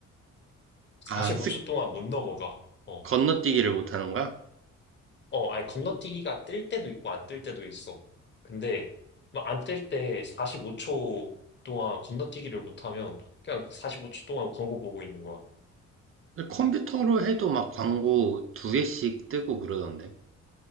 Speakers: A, on the left; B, on the right.
A: 45초
B: 아, 쓱
A: 동안 못 넘어가. 어,
B: 건너뛰기를 못하는 거야?
A: 어, 아니, 건너뛰기가 뜰 때도 있고 안 뜰 때도 있어. 근데 막 안 뜰 때 45초 동안 건너뛰기를 못하면 그냥 45초 동안 광고 보고 있는 거야.
B: 컴퓨터로 해도 막 광고 두 개씩 뜨고 그러던데.